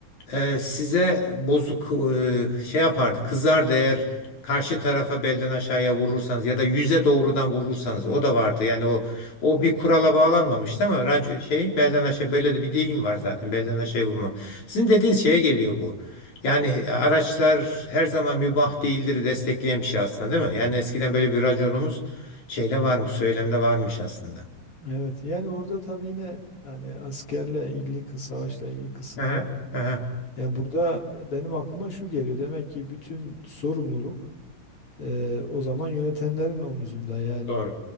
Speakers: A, on the left; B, on the left.
A: e, size bozuk e, şey yapardı kızardı eğer karşı tarafa belden aşağıya vurursanız ya da yüze doğrudan vurursanız o da vardı yani o o bir kurala bağlanmamıştı ama rac- şey belden aşağı böyle de bir deyim var zaten belden aşağıya vurma. Sizin dediğiniz şeye geliyor bu. Yani araçlar her zaman mübah değildir destekleyen bir şey aslında değil mi? Yani eskiden böyle bir raconumuz şeyde varmış, söylemde varmış aslında.
B: Evet. Yani orada tabii yine yani askerle ilgili kı- savaşla ilgili kısımda
A: Aha, aha,
B: yani burada benim aklıma şu geliyor. Demek ki bütün sorumluluk e, o zaman yönetenlerin omuzunda. Yani
A: doğru.